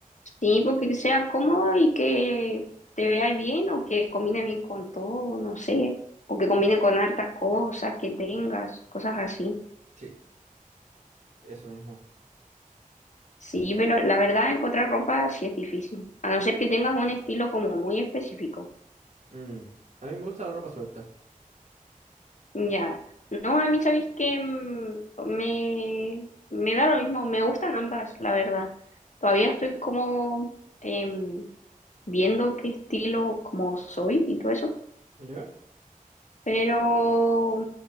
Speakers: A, on the left; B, on the right.
A: Sí, porque sea cómodo y que te vea bien o que combine bien con todo, no sé, o que combine con hartas cosas que tengas, cosas así.
B: Sí, eso mismo.
A: Sí, pero la verdad encontrar ropa sí es difícil, a no ser que tengas un estilo como muy específico.
B: Mm, A mí me gusta la ropa suelta,
A: Ya, no, a mí sabéis que me, me da lo mismo, me gustan ambas, la verdad. Todavía estoy como em, viendo qué estilo como soy y todo eso.
B: ¿ya?
A: Pero,